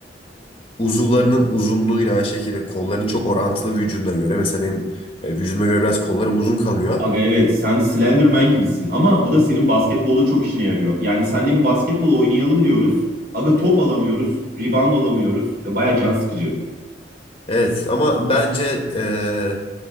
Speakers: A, on the left (about 30°); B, on the right (about 60°).
A: uzuvlarının uzunluğu yine aynı şekilde kolların çok orantılı vücuduna göre. Mesela benim e, vücuduma göre biraz kollarım uzun kalıyor.
B: Aga evet sen Slenderman gibisin ama bu da senin basketbolda çok işine yarıyor. Yani seninle bir basketbol oynayalım diyoruz. Aga top alamıyoruz, rebound alamıyoruz. Ya baya can sıkıcı.
A: Evet ama bence e,